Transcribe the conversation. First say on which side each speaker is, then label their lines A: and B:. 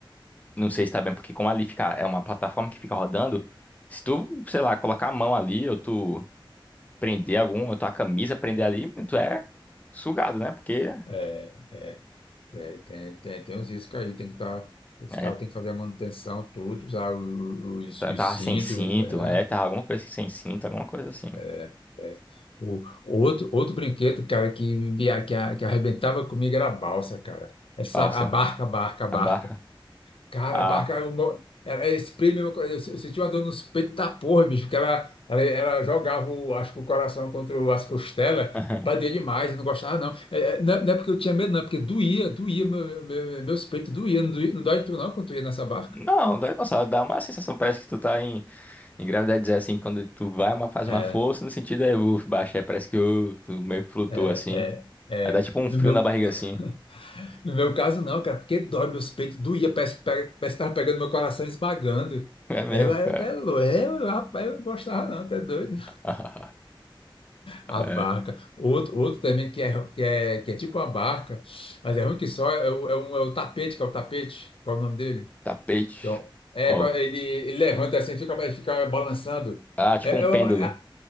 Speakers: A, on the left; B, on the left.
A: Não sei se tá bem, porque como ali fica, é uma plataforma que fica rodando, se tu, sei lá, colocar a mão ali, ou tu prender algum, ou tua camisa prender ali, tu é sugado, né? Porque.
B: é, é, é, tem, tem, tem os riscos aí, tem que estar. os
A: é,
B: caras têm que fazer a manutenção, tudo, usar o- o- os,
A: Tá-
B: os
A: Tava
B: cintos.
A: sem cinto,
B: É,
A: é, tava alguma coisa assim, sem cinto, alguma coisa assim.
B: é, é. O, outro, outro brinquedo, cara, que, me- que, a- que arrebentava comigo era a balsa, cara. Essa,
A: Balsa,
B: a barca, a barca, a barca.
A: a barra,
B: Cara,
A: a.
B: a barca, eu mo- era esse prêmio, eu, eu senti uma dor nos peitos da porra, bicho, porque ela, ela, ela jogava, o, acho que o coração contra o- as costelas,
A: <laughs>
B: apadia demais, eu não gostava não. É, é, não. Não é porque eu tinha medo, não, é porque doía, doía, meu, meu- meus peitos doía, não, doía, não dói tu não quando tu ia nessa barca?
A: Não, dá, nossa, dá uma sensação, parece que tu tá em, em gravidade zero, assim, quando tu vai, uma, faz
B: É,
A: uma força, no sentido é, uff, baixa, aí parece que ô, tu meio que flutua,
B: é,
A: assim.
B: é,
A: Aí dá tipo
B: é.
A: um
B: No
A: frio
B: meu,
A: na barriga,
B: <laughs>
A: assim.
B: no meu caso não, cara, porque dói meus peitos, doía, parece, que pega- parece que tava pegando meu coração e esmagando.
A: <laughs> É mesmo,
B: Aí Eu era
A: cara.
B: até louco, eu, rapaz, eu não gostava não, até doido.
A: <laughs>
B: A
A: É.
B: barca. Outro, outro também que é, que é, que é tipo a barca, mas é ruim que só é o, é um- é o tapete, que é o tapete. Qual é o nome dele?
A: Tapete.
B: Que é, o- é,
A: Qual?
B: qual- ele, ele levanta assim, fica, ele fica balançando.
A: Ah, tipo
B: É,
A: um
B: é,
A: pêndulo.
B: o- é-